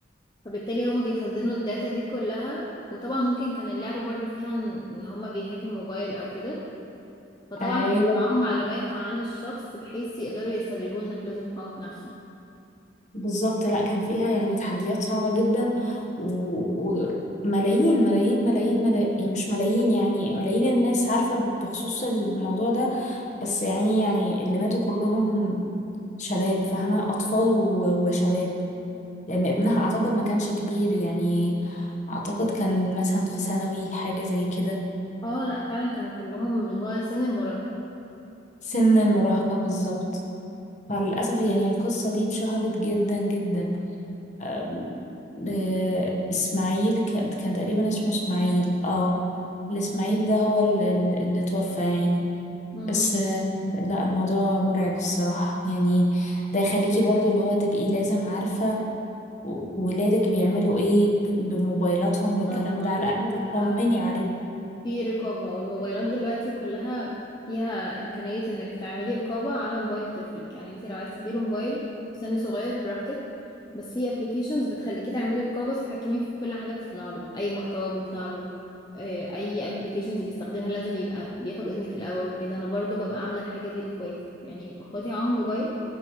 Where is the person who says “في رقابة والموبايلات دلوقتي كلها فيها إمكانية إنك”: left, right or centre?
Left